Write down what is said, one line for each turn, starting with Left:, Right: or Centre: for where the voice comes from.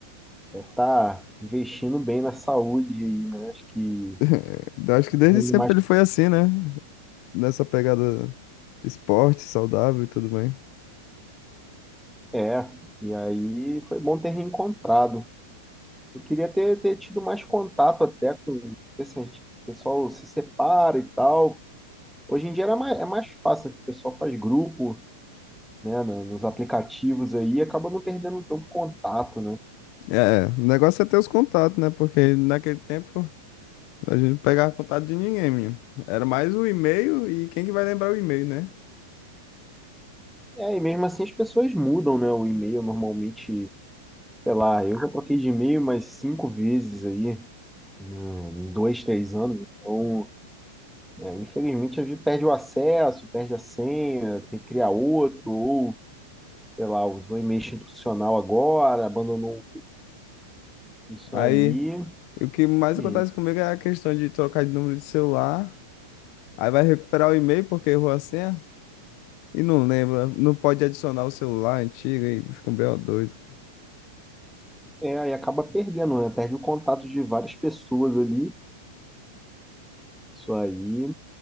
Centre: Deve estar investindo bem na saúde aí, né? Acho que
Left: <laughs> Acho que desde
Centre: ainda
Left: sempre
Centre: mais
Left: ele foi assim, né? Nessa pegada esporte, saudável e tudo bem.
Centre: é. E aí foi bom ter reencontrado. Eu queria ter, ter tido mais contato até com esse gente, o pessoal se separa e tal. Hoje em dia era mais, é mais fácil, que o pessoal faz grupo, né, no- nos aplicativos aí, e acaba não perdendo tanto contato, né?
Left: É, o negócio é ter os contatos, né? Porque naquele tempo a gente não pegava contato de ninguém, menino. Era mais o e-mail e quem que vai lembrar o e-mail, né?
Centre: É, e mesmo assim as pessoas mudam, né, o e-mail normalmente, sei lá, eu já troquei de e-mail umas cinco vezes aí, né, em dois, três anos, então É, infelizmente, a gente perde o acesso, perde a senha, tem que criar outro, ou, sei lá, usou e-mail institucional agora, abandonou isso
Left: Aí
Centre: aí,
Left: o que mais
Centre: e, gente,
Left: acontece comigo é a questão de trocar de número de celular. Aí vai recuperar o e-mail porque errou a senha e não lembra. Não pode adicionar o celular antigo e fica um BO doido.
Centre: é, aí acaba perdendo, né? Perde o contato de várias pessoas ali, isso aí